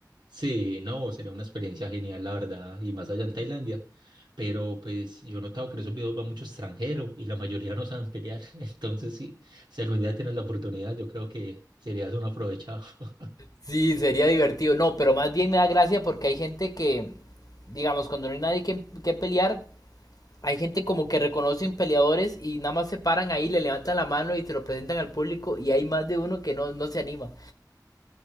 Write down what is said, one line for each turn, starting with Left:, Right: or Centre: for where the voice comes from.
Right: Sí, no, sería una experiencia genial, la verdad, y más allá en Tailandia. Pero pues yo he notado que en esos videos va mucho extranjero y la mayoría no saben pelear. <laughs> Entonces, sí, si algún día tienes la oportunidad, yo creo que serías un aprovechado. <laughs>
Left: Sí, sería divertido. No, pero más bien me da gracia porque hay gente que, digamos, cuando no hay nadie que, que pelear, hay gente como que reconocen peleadores y nada más se paran ahí, le levantan la mano y te lo presentan al público y hay más de uno que no, no se anima.